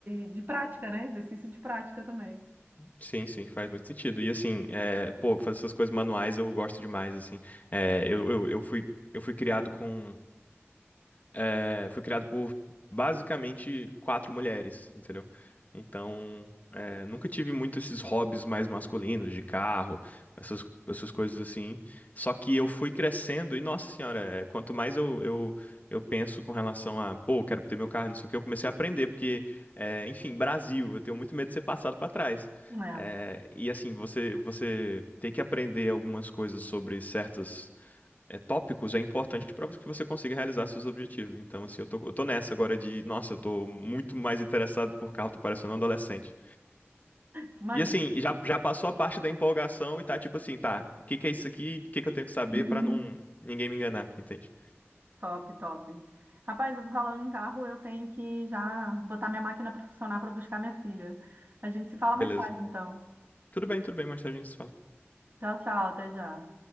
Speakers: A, on the right; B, on the left.
A: e de prática, né? Exercício de prática também.
B: Sim, sim, faz muito sentido. E assim, é, pô, fazer essas coisas manuais eu gosto demais, assim. É, eu, eu, eu fui, eu fui criado com é, foi criado por basicamente quatro mulheres, entendeu? Então, é, nunca tive muito esses hobbies mais masculinos, de carro, essas, essas coisas assim. Só que eu fui crescendo e, nossa senhora, é, quanto mais eu, eu, eu penso com relação a, pô, quero ter meu carro, não sei o que, eu comecei a aprender, porque, é, enfim, Brasil, eu tenho muito medo de ser passado para trás.
A: É,
B: É, e assim, você, você tem que aprender algumas coisas sobre certas é, tópicos é importante para que você consiga realizar seus objetivos. Então, assim, eu tô, eu tô nessa agora de, nossa, eu tô muito mais interessado por carro, tô parecendo um adolescente.
A: que maneiro,
B: E assim,
A: cara.
B: já, já passou a parte da empolgação e tá tipo assim, tá, o que que é isso aqui? O que que eu tenho que saber
A: Uhum.
B: para não ninguém me enganar, entende?
A: Top, top. Rapaz, falando em carro, eu tenho que já botar minha máquina para funcionar para buscar minha filha. A gente se fala
B: Beleza.
A: mais tarde, então.
B: Tudo bem, tudo bem, mais tarde a gente se fala.
A: Tchau, tchau, até já.